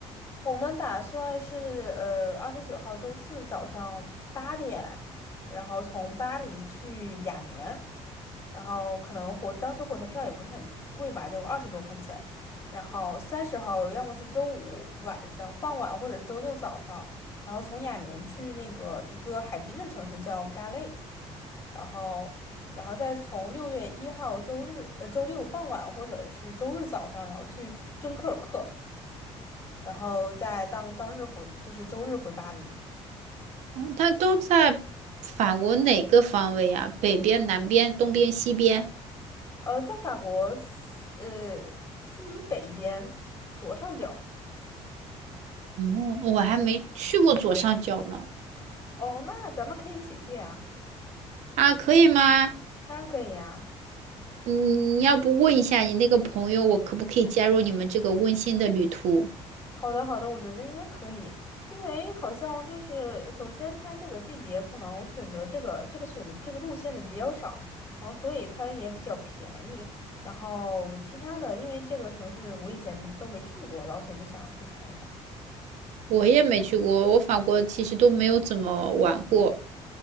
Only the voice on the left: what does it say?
我们打算是呃二十九号周四早上八点，然后从巴黎去雅眠，然后可能火当时火车票也不是很贵吧，就二十多块钱。然后三十号要么是周五晚上傍晚，或者周六早上，然后从雅眠去那个一个海滨的城市叫 g a l e 然后然后再从六月一号周日呃周六傍晚或者是周日早上，然后去敦刻尔克。然后在当当日回，就是周日回巴黎。
呃，在法国西呃西北边左上角。
哦，那咱们可以一起去呀，
当然可以呀。
好的，好的，我觉得应该可以，因为好像就是首先它这个季节可能选择这个这个选这个路线的比较少，然后所以它也比较便宜。然后其他的，因为这个城市我以前都没去过，然后所以就想去看一看。